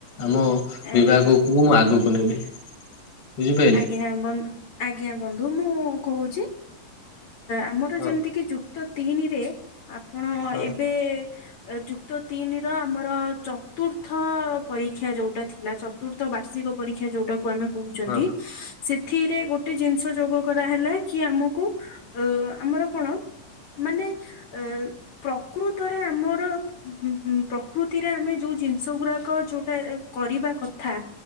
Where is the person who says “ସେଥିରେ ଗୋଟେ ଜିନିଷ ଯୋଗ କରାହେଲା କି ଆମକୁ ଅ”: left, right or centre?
Left